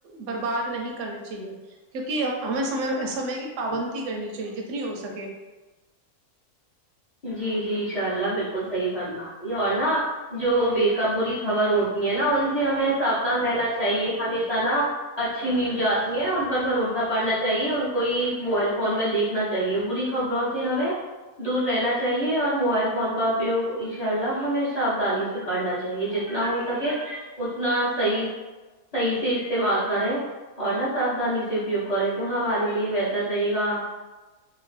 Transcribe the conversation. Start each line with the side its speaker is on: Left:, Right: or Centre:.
Right: برباد نہیں کرنا چاہیے کیونکہ ہمیں سمے سمے کی پابندی کرنی چاہیے جتنی ہو سکے
Left: جی جی انشاء اللہ بالکل صحیح فرما رہی ہو اور نہ جو بے کا بری خبر ہوتی ہے نا ان سے ہمیں ساودھان رہنا چاہیے ہمیشہ نا اچھی نیوز آتی ہیں ان پر بھروسہ پڑنا چاہیے ان کو ہی موبائل فون میں دیکھ نا چاہیے بری خبروں سے ہمیں دور رہنا چاہیے اور موبائل فون کا اپیوگ ایشاء اللہ ہیں ساودانی سے کرنا چاہیے جتنا ہو سکے اتنا صحیح صحیح سے استعمال کریں اور نہا سادانی سے اپیوگ کرے تو ہمارے لیے بہتر رہے گا